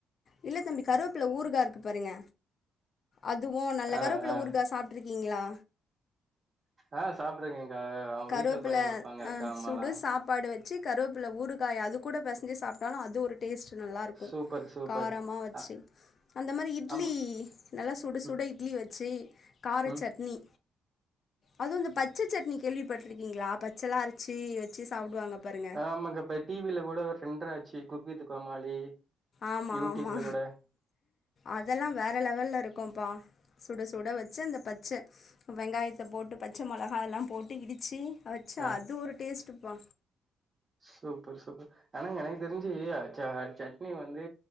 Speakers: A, on the left (about 50°); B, on the right (about 35°).
A: இல்ல தம்பி கருவேப்பில ஊறுகாருக்கு பாருங்க அதுவு நல்ல
B: ஆ,
A: கருவேப்பில
B: ஆ.
A: ஊருகா சாப் ட்ருக்கீங்களா
B: ஆ சாப்ட்டுறேங்க்கா அவுங்க
A: கருவேப்பிலை
B: வீட்ல பண்ணி வப்பாங்க
A: அஹ்,
B: அக்கா அம்மால்லா
A: சுடு சாப்பாடு வச்சு கருவேப்பில ஊறுக்காய அது கூட பசஞ்சி சாப்ட்டாலு அது ஒரு டேஸ்ட் நல்லாருக்கு
B: சூப்பர், சூப்பர்.
A: காரமா வச்சுக்
B: அ
A: அந்த மாரி இட்லி
B: ஆமா.
A: நல்லா சுட சுட
B: ம்,
A: இட்லி வச்சு கார
B: ம்.
A: சட்னி அது அந்த பச்ச சட்னி கேள்விப்பட்ருக்கீங்ளா பச்சைல்லா அரச்சு வெச்சு சாப்டுவாங்க பாருங்க
B: ஆமாங்க இப்ப டிவில கூட செண்டர் ஆச்சு குக்கு வித்து கோமாளி
A: ஆமா
B: யூடியூப்ல
A: ஆமா
B: கூட
A: அதெல்லா வேற லெவல்ல இருக்குப்பா சுட சுட வச்சு அந்த பச்ச வெங்காயத்த போட்டு பச்ச மொளகா எல்லா போட்டு இடிச்சு வச்சு
B: ஆ
A: அது ஒரு டேஸ்ட்டுபா
B: சூப்பர் சூப்பர் ஆனாங்க எனக்கு தெரிஞ்சு அரச்சி அரச்சி சட்னி வந்து